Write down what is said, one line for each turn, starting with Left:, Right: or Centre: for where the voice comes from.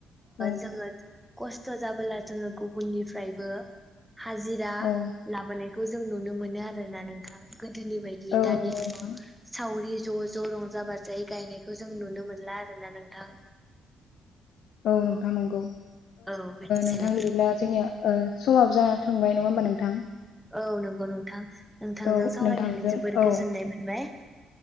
Left: औ
Centre: जोङो। खस्थ' जाबोला जोङो गुबुननिफ्रायबो हाजिरा
Left: औ
Centre: लााबने बेखौ जों नुनो मोनो आरोोना नोंथां। गोदोनि बायदि
Left: औ
Centre: दानि
Left: नंगौ
Centre: दिुगाव
Left: नोंथां
Centre: सावरि। ज' ज' रंजा बाजायै गायनायखौ जों नुनो मोनला आरोोना नोंथां।
Left: औ नोंथां नंगौ।
Centre: औ बिदिनो
Left: नोंथां बिदिब्ला जोंनिया। समाब ज थांबाय नङा होमबा नोंथां।
Centre: औ नंगौ नोंथां। नोंथांजों
Left: औ
Centre: सावरायनानै
Left: नोंथांजों
Centre: जोबोर
Left: औ
Centre: गोजोननाय मोनबाय।